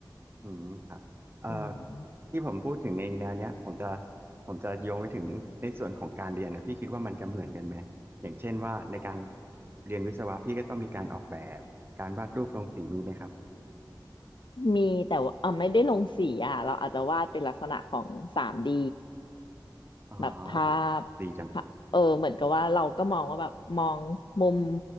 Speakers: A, on the right (about 30°); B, on the left (about 80°).
A: อืมครับเอ่อ
B: อืม
A: ที่ผมพูดถึงในแนวเนี้ยผมจะผมจะโยงไปถึงในส่วนของการเรียนนะพี่คิดว่ามันจะเหมือนกันไหมอย่างเช่นว่าในการเรียนวิศวะพี่ก็ต้องมีการออกแบบการวาดรูปลงสีมีไหมครับ
B: มีแต่ว่าเออไม่ได้ลงสีอ่ะเราอาจจะวาดเป็นลักษณะของ 3D
A: อ๋อโอ้โห
B: แบบภาพ
A: ดีจัง
B: ภาเออเหมือนกับว่าเราก็มองว่าแบบมองมุม